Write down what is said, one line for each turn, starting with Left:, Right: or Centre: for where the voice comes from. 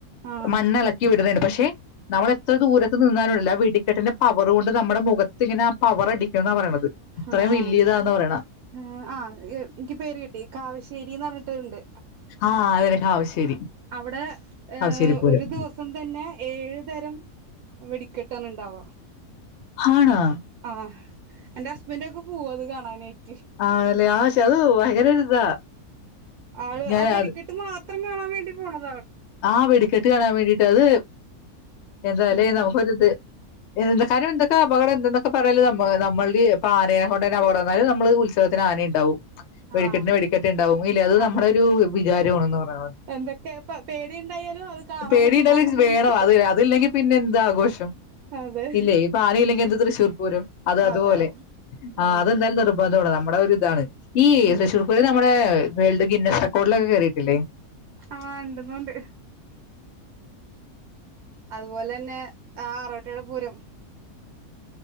Right: ആഹ്
Left: മണ്ണെളക്കി വിടടെണ് പക്ഷേ എ നമ്മളെത്ര ദൂരത്ത് നിന്നാലുല്ലേ ആ വെടിക്കെട്ടിന്റെ പവർ കൊണ്ട് നമ്മുടെ മുഖത്ത് ഇങ്ങനെ ആ പവർ അടിക്കുംന്ന പറയണത് അത്രയും
Right: ആഹ്
Left: വല്യതാന്ന പറയണ്‌
Right: ആഹ് എനിക്ക് പേര് കിട്ടി കാവശ്ശേരിന്ന് പറഞ്ഞിട്ടണ്ട്.
Left: ആഹ് അതന കാവശ്ശേരി.
Right: അവിടെ ഏഹ്
Left: കാവശ്ശേരി പൂരം.
Right: ഒരു ദിവസം തന്നെ ഏഴു തരം വെടിക്കെട്ടന്ന ഇണ്ടാവ
Left: ഹണാ
Right: ആഹ് എന്റെ ഹസ്ബന്ഡൊക്കെ പോവും അത് കാണാനായിട്ട്
Left: ആണല്ലേ ആ അത് പക്ഷേ ഭയങ്കര ഒരു ഇതാ
Right: ആള്
Left: ഞാനത്
Right: ആ വെടിക്കെട്ട് മാത്രം കാണാൻ വേണ്ടി <inaudible>
Left: ആ വെടിക്കെട്ട് കാണാൻ വേണ്ടിട്ട് അത് എന്തായാലും
Right: ആഹ്
Left: നമുക്കൊരിത് എന്ത കാര്യം എന്തക്ക അപകടം എന്നത ഒക്കെ പറയോ നമ്മളുടെ ഇപ്പൊ ആനയെ കൊണ്ട് തന്നെ അവിടെ വന്നാലും നമ്മള് ഉത്സവത്തിന് ആന ഉണ്ടാവും വെടിക്കെട്ടന്
Right: ആഹ്
Left: വെടിക്കെട്ട ഉണ്ടാവും ഇല്ല അത്
Right: അതെ
Left: നമ്മള ഒരു വികാര ആണന്ന് പറയണപോലെ
Right: എന്തൊക്കെ പ പേടിണ്ടായാലും അത് കാണാനൊരു
Left: പേടിണ്ടാല
Right: മോഹം കൊണ്ട്
Left: വേണം അത് അതില്ലെങ്കിൽ പിന്നെ എന്താകും വശ്
Right: അതെ
Left: ഇല്ലേ ഇപ്പ ആനയില്ലെങ്കിൽ എന്ത്
Right: ആഹ്
Left: തൃശ്ശൂർ പൂരം അത് അതുപോലെ
Right: അതെ അതുപോലെ
Left: ആ അതെന്തായാലും നിർബന്ധമാണ് നമ്മുടെരി ഇതാണ് ഈ
Right: ഉം
Left: തൃശ്ശൂർ പൂര് നമ്മടെ വേൾഡ് ഗിനെസ്സ് റെക്കോർഡ് ഒകെ കേറിട്ടില്ലേ
Right: ആഹ് ഉണ്ടന്നോണ്ട് അതുപോലെ തന്നെ അറോട്ടയുടെ പൂരം